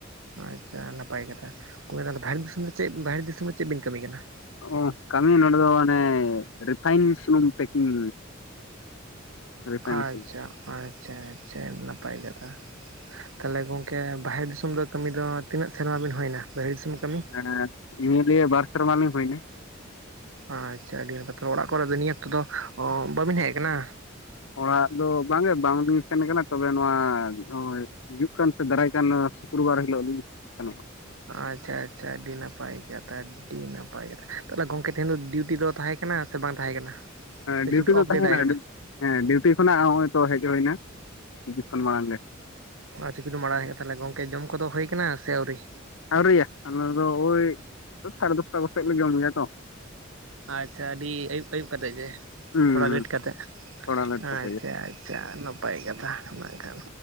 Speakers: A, on the right; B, on the left.
A: ᱟᱪᱷᱟ ᱱᱟᱯᱟᱭ ᱠᱟᱛᱷᱟ᱾ ᱩᱱ ᱢᱮ ᱛᱟᱦᱮ ᱵᱟᱦᱨᱮ ᱫᱤᱥᱚᱢ ᱨᱮ ᱪᱮᱫ ᱵᱟᱦᱨᱮ ᱫᱤᱥᱚᱢ ᱨᱮ ᱪᱮᱫ ᱵᱤᱱ ᱠᱟᱹᱢᱤ ᱠᱟᱱᱟ?
B: ᱚ ᱠᱟᱹᱢᱤ ᱱᱚᱰᱮ ᱫᱚ ᱟᱱᱮ ᱨᱤᱯᱷᱟᱤᱱ ᱥᱩᱱᱩᱢ ᱯᱮᱠᱤᱝ ᱨᱤᱯᱷᱟᱭᱤᱱ
A: ᱟᱸᱪᱪᱷᱟ
B: ᱥᱩᱱᱩᱢ
A: ᱟᱸᱪᱪᱷᱟ ᱟᱸᱪᱪᱷᱟ ᱱᱟᱯᱟᱭ ᱠᱟᱛᱷᱟ ᱛᱟᱦᱞᱮ ᱜᱚᱝᱠᱮ ᱵᱟᱦᱨᱮ ᱫᱤᱥᱚᱢ ᱫᱚ ᱠᱟᱹᱢᱤ ᱫᱚ ᱛᱤᱱᱟᱹᱜ ᱥᱮᱨᱢᱟ ᱵᱤᱱ ᱦᱩᱭᱱᱟ ᱵᱟᱦᱨᱮ ᱫᱤᱥᱚᱢ ᱠᱟᱹᱢᱤ
B: ᱦᱮᱸ ᱱᱤᱭᱟᱹᱞᱤᱭᱟᱹ ᱵᱟᱨ ᱥᱮᱨᱢᱟ ᱞᱤᱧ ᱦᱩᱭᱱᱟ
A: ᱟᱪᱷᱟ ᱟᱹᱰᱤ ᱱᱟᱯᱟᱭ ᱛᱟᱦᱮ ᱚᱲᱟᱜ ᱠᱚᱨᱮ ᱫᱚ ᱱᱤᱭᱟᱹ ᱚᱠᱛᱚ ᱫᱚ ᱵᱟᱹᱵᱤᱱ ᱦᱮᱡ ᱟᱠᱟᱱᱟ?
B: ᱚᱲᱟᱜ ᱫᱚ ᱵᱟᱝᱮ ᱵᱟᱝᱞᱤᱧ ᱥᱮᱱ ᱠᱟᱱᱟ ᱛᱚᱵᱮ ᱱᱚᱣᱟ ᱦᱚᱭ ᱦᱤᱡᱩᱜ ᱠᱟᱱ ᱥᱮ ᱫᱟᱨᱟᱭ ᱠᱟᱱ ᱥᱩᱠᱨᱵᱟᱨ ᱦᱤᱞᱚᱜ ᱞᱤᱧ ᱥᱮᱱᱚᱜᱼᱟ᱾
A: ᱟᱪᱷᱟ ᱟᱪᱷᱟ ᱟᱹᱰᱤ ᱱᱟᱯᱟᱭ ᱠᱟᱛᱷᱟ᱾ ᱟᱹᱰᱤ ᱱᱟᱯᱟᱭ ᱠᱟᱛᱷᱟ ᱾ ᱛᱟᱦᱚᱞᱮ ᱜᱚᱝᱠᱮ ᱛᱮᱦᱮᱧ ᱫᱚ ᱰᱤᱭᱩᱴᱤ ᱫᱚ ᱛᱟᱦᱮᱸ ᱠᱟᱱᱟ ᱥᱮ ᱵᱟᱝ ᱛᱟᱦᱮᱸ ᱠᱟᱱᱟ? ᱥᱮ
B: ᱰᱤᱭᱩᱴᱤ
A: ᱪᱷᱩᱴᱤ ᱚᱯᱷ
B: ᱫᱚ
A: ᱰᱮ
B: ᱛᱟᱦᱮᱱᱟ
A: ᱛᱟᱦᱮᱸ ᱠᱟᱱᱟ?
B: ᱰᱤ, ᱦᱮᱸ ᱰᱤᱭᱩᱴᱤ ᱠᱷᱚᱱᱟᱜ ᱦᱚᱜᱚᱭᱛᱚ ᱦᱮᱡ ᱦᱩᱭᱱᱟ᱾ ᱛᱤᱥ ᱠᱷᱚᱱ ᱢᱟᱲᱟᱝ ᱨᱮ᱾
A: ᱟᱨ ᱪᱤᱠᱟᱹᱛᱮᱢ ᱵᱟᱲᱟᱭ ᱠᱮᱫᱟ ᱛᱟᱦᱚᱞᱮ ᱜᱚᱝᱠᱮ ᱡᱚᱢ ᱠᱚᱫᱚ ᱦᱩᱭ ᱟᱠᱟᱱᱟ ᱥᱮ ᱟᱹᱣᱨᱤ?
B: ᱟᱣᱨᱤᱭᱟ ᱟᱞᱮ ᱫᱚ ᱳᱭ ᱥᱟᱲᱮ ᱫᱚᱥᱴᱟ ᱠᱚᱥᱮᱫ ᱞᱮ ᱡᱚᱢ ᱜᱮᱭᱟ ᱛᱚ᱾
A: ᱟᱪᱷᱟ ᱟᱹᱰᱤ ᱟᱭᱩᱵ ᱟᱹᱭᱩᱵ ᱠᱟᱛᱮᱫ ᱜᱮ,
B: ᱦᱩᱸ
A: ᱛᱷᱚᱲᱟ
B: ᱦᱩᱸ
A: ᱞᱮᱴ ᱠᱟᱛᱮᱮᱫ᱾
B: ᱛᱷᱚᱲᱟ ᱞᱮᱴ ᱠᱟᱛᱮ
A: ᱟᱪᱷᱟ
B: ᱜᱮ
A: ᱟᱪᱷᱟ ᱱᱟᱯᱟᱭ ᱠᱟᱛᱷᱟ ᱵᱟᱝᱠᱷᱟᱱ